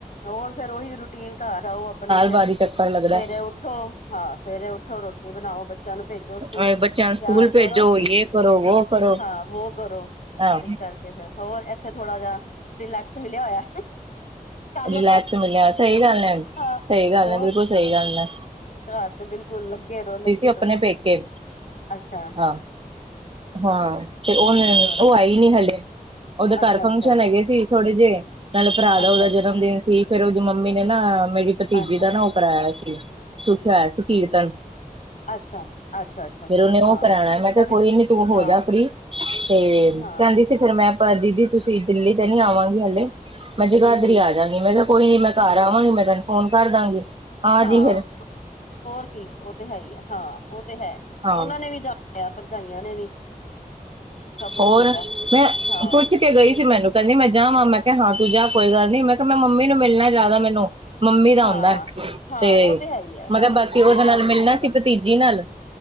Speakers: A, on the left (about 55°); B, on the right (about 40°).
A: ਹੋਰ ਫਿਰ ਉਹੀ ਰੂਟੀਨ ਘਰ ਜਾਓ, ਆਪਣੇ ਫੇਰ
B: ਬਾਅਦ ਹੀ ਚੱਕਰ ਲੱਗਦਾ
A: ਸਵੇਰੇ ਉੱਠੋ ਹਾਂ ਸਵੇਰੇ ਉੱਠੋ ਰੋਟੀ ਰੋਟੀ ਬਣਾਓ, ਬੱਚਿਆਂ ਨੂੰ ਭੇਜੋ
B: ਹਾਂ
A: ਸਕੂਲ
B: ਬੱਚਿਆਂ ਨੂੰ ਸਕੂਲ
A: ਤਿਆਰ
B: ਭੇਜੋ
A: ਕਰੋ
B: ਯੇ ਕਰੋ ਵੋ ਕਰੋ
A: ਹਾਂ ਵੋ ਕਰੋ,
B: ਆਹ
A: ਇਸ ਕਰਕੇ ਫੇਰ ਹੋਰ ਇੱਥੇ ਥੋੜਾ ਜਾ ਰਿਲੈਕਸ ਮਿਲਿਆ ਹੋਇਆ। ਕੰਮ
B: ਰਿਲੈਕਸ
A: ਤੋਂ
B: ਮਿਲਿਆ ਸਹੀ ਗੱਲ ਹੈ ।ਸਹੀ
A: ਹਾਂ
B: ਗੱਲ
A: ਹੋਰ
B: ਹੈ। ਬਿਲਕੁਲ ਸਹੀ ਗੱਲ ਹੈ ।
A: ਘਰ ਤੇ ਬਿਲਕੁਲ ਲੱਗੇ ਰਹੋ, ਲੱਗੇ
B: ਆਪਣੇ
A: ਰਹੋ
B: ਪੇਕੇ
A: ਅੱਛਾ
B: ਹਾਂ ਹਾਂ, ਤੇ ਉਹ ਫੇਰ
A: ਚਲੋ
B: ਉਹ ਆਈ ਨਹੀਂ ਹਲੇ। ਉਹਦੇ
A: ਅੱਛਾ
B: ਘਰ ਫੰਕਸ਼ਨ
A: ਅੱਛਾ
B: ਹੈਗੇ ਸੀ। ਥੋੜੇ ਜਿਹੇ। ਨਾਲੇ ਭਰਾ ਦਾ
A: ਅੱਛਾ
B: ਉਹਦਾ ਜਨਮ ਦਿਨ ਸੀ। ਫੇਰ ਉਹਦੀ ਮੰਮੀ ਨੇ ਨਾ ਮੇਰੀ ਭਤੀਜੀ
A: ਅੱਛਾ
B: ਦਾ
A: ਅੱਛਾ
B: ਨਾ ਉਹ ਕਰਾਇਆ ਸੀ। ਸੁਖਿਆ ਹੋਇਆ ਸੀ, ਕੀਰਤਨ।
A: ਅੱਛਾ ਅੱਛਾ। ਅੱਛਾ
B: ਫੇਰ
A: ਚਲੋ
B: ਉਹਨੇ ਉਹ
A: ਹਾਂ
B: ਕਰਾਉਣ, ਮੈਂ ਕਿਹਾ
A: ਇਹ ਵੀ
B: ਕੋਈ ਨੀ ਤੂੰ ਹੋ
A: ਹਾਂ
B: ਜਾ ਫਰੀ ਤੇ
A: ਹਾਂ
B: ਕਹਿੰਦੀ ਸੀ, ਫਿਰ ਮੈਂ ਪਰ ਦੀਦੀ ਤੁਸੀਂ ਦਿੱਲੀ ਤੇ ਨੀ ਆਵਾਂਗੇ ਹਲੇ, ਮੈਂ ਜਗਾਧਰੀ
A: ਹਮ ਹਮ
B: ਆ ਜਾਂਗੀ। ਮੈਂ ਕਿਹਾ ਕੋਈ ਨੀ ਮੈਂ ਘਰ ਜਾਵਾਂਗੀ ਮੈਂ ਤੈਨੂੰ ਫੋਨ ਕਰ ਦਾਂਗੀ, ਆਜੀ
A: ਹਾਂ
B: ਫਿਰ।
A: ਹੋਰ ਕੀ ਉਹ ਤੇ ਹੈ ਹੀ ਹੈ। ਹਾਂ ਉਹ ਤੇ ਹੈ।
B: ਹਾਂ
A: ਉਹਨਾਂ ਨੇ ਵੀ ਜਾ ਆਇਆ ਭਰਜਾਈਆਂ ਨੇ ਵੀ। ਸਭ
B: ਹੋਰ
A: ਨੂੰ ਹੁੰਦਾ
B: ਮੈਂ
A: ਹਾਂ
B: ਪੁੱਛ ਕੇ ਗਈ ਸੀ। ਮੈਨੂੰ ਕਹਿੰਦੀ ਮੈਂ ਜਾਵਾਂ ਮੈਂ ਕਿਹਾ ਹਾਂ। ਤੂੰ ਜਾ ਕੋਈ ਗੱਲ ਨੀ ਮੈਂ ਕਿਹਾ, ਮੈਂ ਮੰਮੀ ਨੂੰ ਮਿਲਣਾ ਜ਼ਿਆਦਾ ਮੈਨੂੰ। ਮੰਮੀ ਦਾ
A: ਹਾਂ
B: ਆਉਂਦਾ,
A: ਹਾਂ
B: ਤੇ
A: ਉਹ ਹੈ ਹੀ ਹੈ
B: ਮੈ
A: ਹਾਂ
B: ਕਿਹਾ ਬਾਕੀ
A: ਮੰਮੀਆਂ
B: ਉਹਦੇ ਨਾਲ
A: ਹੁੰਦਾ
B: ਮਿਲਣਾ
A: ਥੋੜਾ
B: ਸੀ ਭਤੀਜੀ ਨਾਲ।